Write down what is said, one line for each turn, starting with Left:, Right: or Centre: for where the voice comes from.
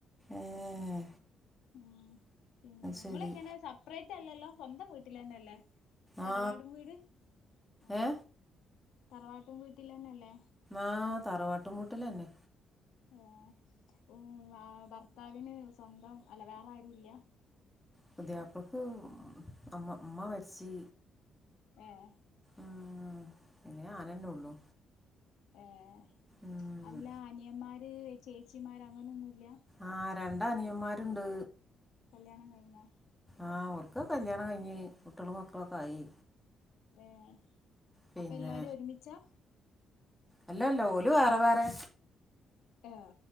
Centre: ഏഹ്
Left: ഉം പിന്നെ
Centre: ശരി
Left: ഇങ്ങള് ഇങ്ങനെ സെപ്പറേറ്റ് അല്ലല്ലോ സ്വന്തം വീട്ടില് തന്നല്ലേ. തറവാട്
Centre: ആ
Left: വീട് ആഹ്
Centre: ഏ
Left: തറവാട്ടും വീട്ടിൽ തന്നെല്ലേ.
Centre: ആഹ് തറവാട്ടും വീട്ടിലന്നെ.
Left: ഏഹ് ഉം ഭർത്താവിന് സ്വന്തം അല്ല വേറെ ആരും ഇല്ല.
Centre: പുതിയാപ്പളക്ക് അമ്മ ഉമ്മ മരിച്ച്.
Left: ഏഹ്
Centre: ആഹ് പിന്നെ ഞാനന്നെ ഉള്ളു.
Left: ഏഹ്
Centre: ഉം
Left: അല്ല അനിയന്മാര് ചേച്ചിമാര് അങ്ങനൊന്നൂല്ല്യ.
Centre: ആഹ് രണ്ട് അനിയന്മാരുണ്ട്.
Left: കല്യാണം കഴിഞ്ഞാ
Centre: ആഹ് അവർക്ക് കല്യാണം കഴിഞ്ഞ് കുട്ടികളും മക്കളൊക്കെ ആയി.
Left: ഏഹ്
Centre: പിന്നെ
Left: അപ്പൊ എല്ലാരും ഒരുമിച്ചാ?
Centre: അല്ല അല്ല ഓല് വേറെ വേറെ.
Left: ഏഹ്